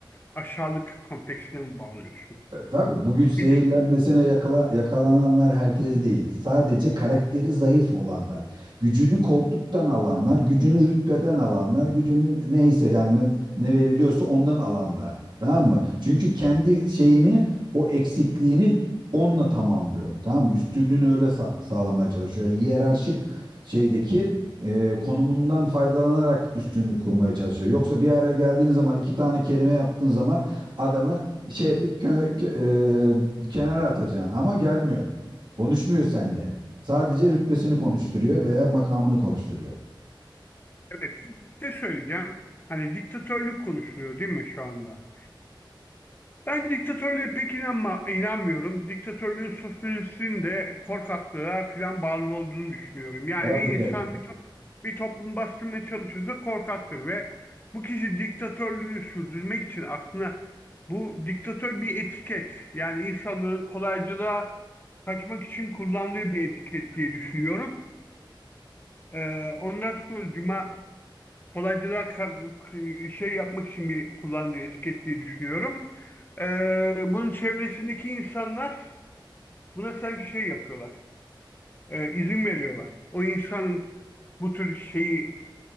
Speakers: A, on the left; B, on the right.
A: aşağılık kompleksine mi bağlıyorsun?
B: E, Tabii bu güç zehirlenmesine
A: Nedir?
B: yakala- yakalananlar herkes değil. Sadece karakteri zayıf olanlar, gücünü koltuktan alanlar, gücünü rütbeden alanlar, gücünü neyse yani ne, ne veriliyorsa ondan alanlar. Tamam mı? Çünkü kendi şeyini, o eksikliğini onunla tamamlıyor. Tamam mı? Üstünlüğünü öyle sa- sağlamaya çalışıyor. Yani hiyerarşik şeydeki e, konumundan faydalanarak üstünlük kurmaya çalışıyor. Yoksa bir araya geldiğin zaman iki tane kelime yaptığın zaman adamı şey edip köne- kö- e, kenara atacaksın ama gelmiyor. Konuşmuyor sende. Sadece rütbesini konuşturuyor veya makamını konuşturuyor.
A: Evet, size söyleyeceğim. Hani diktatörlük konuşuluyor değil mi şu anda? Ben diktatörlüğe pek inanma, inanmıyorum. Diktatörlüğün sosyolojisinin de korkaklığa filan bağlı olduğunu düşünüyorum. Yani
B: Tabii
A: bir insan
B: tabii.
A: bir, top, bir toplum bastırmaya çalışıyorsa korkaktır ve bu kişi diktatörlüğünü sürdürmek için aslında bu diktatör bir etiket. Yani insanların kolaycılığa kaçmak için kullandığı bir etiket diye düşünüyorum. Ee, ondan sonucuma kolaycılığa ka- şey yapmak için bir kullandığı etiket diye düşünüyorum. Ee, bunun çevresindeki insanlar buna sanki şey yapıyorlar, e, izin veriyorlar. O insanın bu tür şeyi